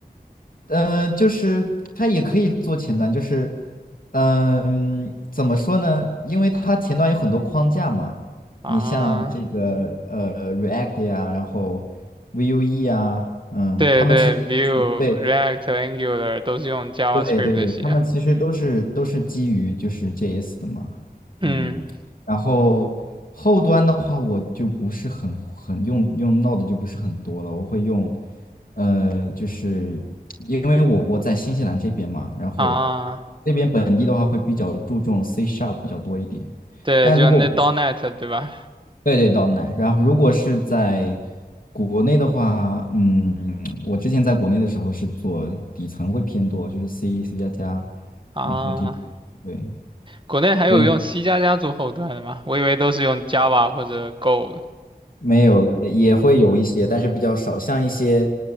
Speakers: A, on the left; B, on the right.
A: 嗯、呃就是它也可以做前端，就是，嗯、怎么说呢？因为它前端有很多框架嘛，
B: 啊，
A: 你像这个呃 React 呀，然后 Vue 啊，嗯，
B: 对对，Vue、
A: 他们其实都是对
B: React、Angular 都是用 JavaScript
A: 对对对，
B: 写。
A: 他们其实都嗯是都是基于就是 JS 的嘛，
B: 嗯，
A: 嗯，然后后端的话，我就不是很很用用 Node 就不是很多了，我会用，呃，就是因为我我在新西兰这边嘛，然后
B: 啊，
A: 那边本地的话会比较注重 C Sharp 比较多一点，
B: 对，
A: 但如果
B: 就那 d .NET 对吧？
A: 对对，岛南。然后如果是在国内的话，嗯，我之前在国内的时候是做底层会偏多，就是 C、C 加加，
B: 啊，
A: 然后这，对，
B: 国内还有用
A: 所以
B: C 加加做后端的吗？我以为都是用 Java 或者 Go
A: 没有也也会有一些，但是比较少，像一些